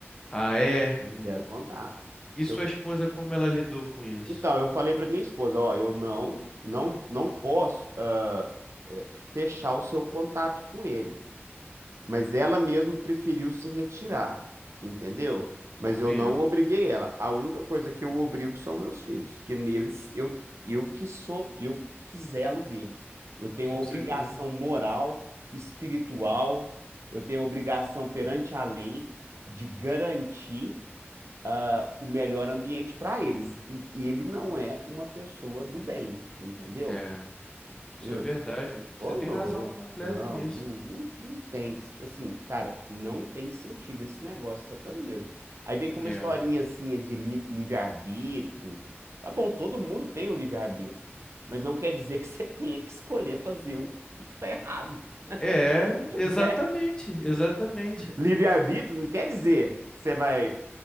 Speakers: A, on the left; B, on the right.
A: Ah, é? Hum,
B: Zero contato.
A: E
B: Eu,
A: sua esposa, como ela lidou com isso?
B: então, eu falei pra minha esposa, ó, eu não, não, não posso ah, eh, fechar o seu contato com ele. Mas ela mesmo preferiu se retirar, entendeu? Mas
A: Compreendo.
B: eu não obriguei ela. A única coisa que eu obrigo são meus filhos, que neles eu eu que sou, eu que zelo deles. Eu tenho
A: Com
B: obrigação
A: certeza.
B: moral, espiritual, eu tenho obrigação perante a lei de garantir ah, o melhor ambiente para eles. E ele não é uma pessoa do bem, entendeu?
A: É,
B: Entendeu?
A: isso é verdade. Você
B: Ô, louco.
A: tem razão completa
B: Não,
A: nisso.
B: não, não, não tem. Assim, cara, não tem sentido esse negócio de satanismo. Aí vem com
A: É.
B: uma historinha assim é de li- livre-arbítrio. Tá bom, todo mundo tem o livre-arbítrio. Mas não quer dizer que você <laughs> tenha que escolher fazer o, o que tá errado,
A: É,
B: <laughs>
A: exatamente,
B: né?
A: exatamente.
B: Livre-arbítrio não quer dizer que você vai